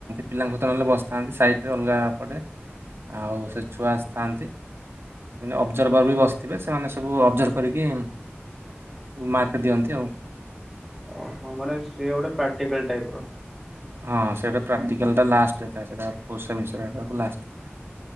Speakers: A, on the right; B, in the centre.
A: ପିଲାଙ୍କୁ ତ ନେଲେ ବସିଥାନ୍ତି ସାଇଟରେ ଅଲଗା ପଟେ ଆଉ ସେ ଛୁଆ ଆସିଥାନ୍ତି। ସେମାନେ ଅବଜର୍ଭର ବି ବସିଥିବେ ସେମାନେ ସବୁ ଅବଜର୍ଭ କରିକି ମାର୍କ ଦିଅନ୍ତି ଆଉ
B: ଓହୋ ମାନେ ସେଏ ଗୋଟେ ପ୍ରାକ୍ଟିକାଲ ଟାଇପ ର
A: ହଁ ସେଇଟା ପ୍ରାକ୍ଟିକାଲା ଟା ଲାଷ୍ଟ ଥାଏ। ସେଟା ଫୋର୍ ସେମିଷ୍ଟର ଆଡୁକୁ ଲାଷ୍ଟ ଥାଏ।